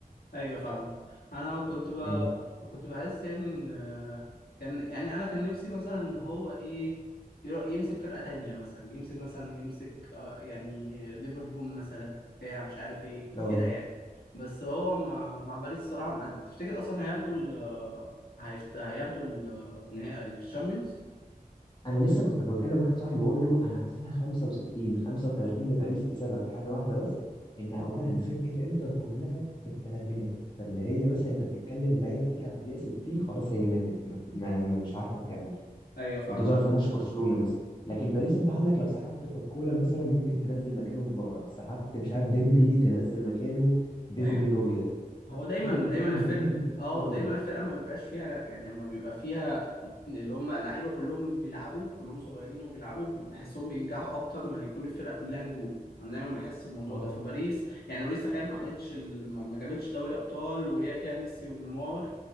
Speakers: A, on the left; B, on the left.
A: ايوه فاهم انا كنت بقى
B: انت
A: كنت بحس يعني ان آه، كان يعني انا كان نفسي مثلا ان هو ايه يرا- يمسك فرقة تانية مثلا يمسك مثلا يمسك آه يعني ليفربول مثلا بتاع مش عارف ايه
B: اه
A: كده يعني بس هو مع مع باريس الصراحة معدي تفتكر اصلا هياخدوا ال هيفت... هياخدوا ال... النهائي الشامبيونز
B: انا لسه كنت بكلم واحد صاحبي بقول له انا حاسسها 65 35 لباريس بسبب حاجه واحده بس ان اولا فرقه انتر كلها في الثلاثينات فاللي هي مثلا انت بتتكلم اللعيبه بتيجي على الدقيقه 60 خلاص هي ماتت ما ما ما- مش عارفه تكمل
A: ايوه فاهمك
B: وده ظهر في ماتش برشلونه مثلا لكن باريس انت عندك لو سحبت باركولا مثلا ممكن تنزل مكانه كفارا سحبت مش عارف ديمبلي تنزل مكانه ديزري
A: ايوه
B: دوي ده
A: هو دايما
B: فرقه
A: دايما
B: فيها
A: الفرق
B: نجوم
A: اه
B: حلوه قوي
A: دايما الفرقه ما بيبقاش فيها يعني اما بيبقى فيها اللي هم لعيبه كلهم بيلعبوا كلهم صغيرين وبيلعبوا بحسهم بينجحوا اكتر ما يكون الفرقه كلها نجوم انا دايما بحس الموضوع
B: اه
A: ده فباريس يعني باريس تخيل ما عملتش ال- ما ما جابتش دوري ابطال وهي فيها ميسي ونيمار